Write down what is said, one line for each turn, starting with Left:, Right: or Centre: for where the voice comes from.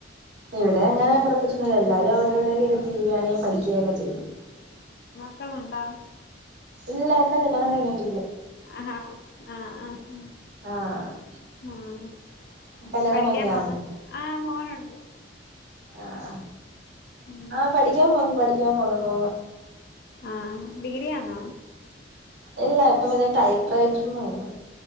Right: ഇവിടെ അങ്ങനെ പുറത്തൊന്നില്ല എല്ലാരും അവിടെ എവിടെയ ക ടി വി ആണെ ങ്ക പഠിക്കുകയൊക്കെ ചെയ്യും
Left: അക്കുണ്ടാ
Right: ഇല്ല എന്റെ കല്യാണം കഴിഞ്ഞിട്ട്
Left: ആഹ ആഹ ആഹ
Right: ആഹ്
Left: ആഹ
Right: കല്യാണം
Left: പഠിക്കാൻ
Right: കഴിഞ്ഞാന്നോ
Left: പോന്ന് ആഹ മോനുണ്ട്
Right: ആഹ
Left: ഉം
Right: ആഹ പഠിക്കാൻ പോന്ന പഠിക്കാൻ പോന്ന പോന്ന
Left: ആഹ ഡിഗ്രിയിയണോ
Right: ഇല്ല ഇപ്പൊ എാൻ ടൈപ്പ് റൈറ്റർന്ന് തോന്നുന്നു